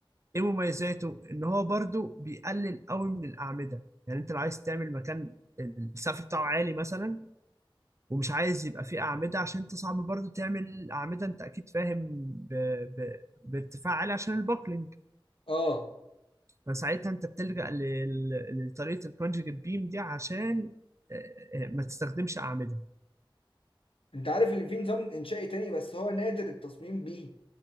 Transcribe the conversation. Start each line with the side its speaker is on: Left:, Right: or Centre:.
Right: ايه مميزاته ان هو برضو بيقلل قوي من الاعمدة يعني انت لو عايز تعمل مكان السقف بتاعه عالي مثلا ومش عايز يبقى فيه أعمدة عشان انت صعب برضو تعمل أعمدة انت اكيد فاهم ب... ب... بارتفاع عالي عشان البوكلينج
Left: اه
Right: فساعتها انت بتلجأ لل- لطريقة الكونجكت بيم دي عشان آه، آه، ما تستخدمش أعمدة
Left: انت عارف ان في نظام انشائي تاني بس هو نادر التصميم بيه